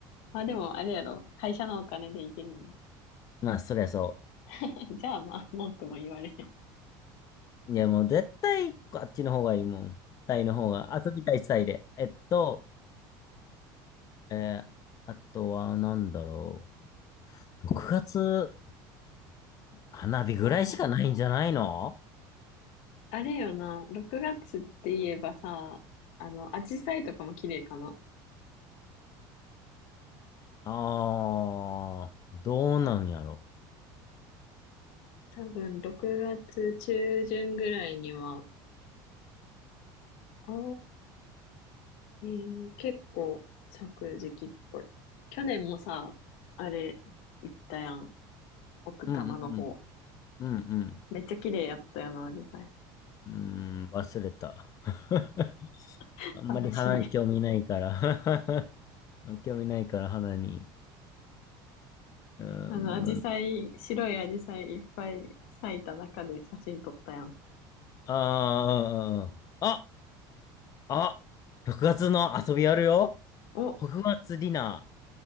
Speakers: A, on the left (about 70°); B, on the left (about 35°).
A: まあでも、あれやろ。会社のお金で行けるの。
B: まあそりゃそ
A: <laughs> じゃあまあ、文句も言われへん。
B: う。いやもう絶対あっちの方がいいもん。タイの方が遊びたいタイで。えっと、えーあとはなんだろう。6月、花火ぐらいしかないんじゃないの
A: あーあれよな、6月って言えばさ、あの、紫陽花とかも綺麗かな。
B: ああー、どうなんやろ。
A: 多分、6月中旬ぐらいには、ああ、えー結構咲く時期っぽい。去年もさ、あれ、行ったやん。奥多摩の方。
B: うんうんうん。うん
A: めっちゃ綺麗やったよな、紫
B: うん。うーん、忘れた。<laughs>
A: 陽花。
B: あんまり花に興味ないから
A: 悲しい。<laughs>
B: <laughs> 興味ないから花に。うーん、
A: あの、紫陽花、
B: ま
A: 白い紫陽花いっぱい咲いた中で写真撮ったやん。
B: あ、あーあ、あ、6月の遊びやるよ。
A: お、
B: 北月ディナー。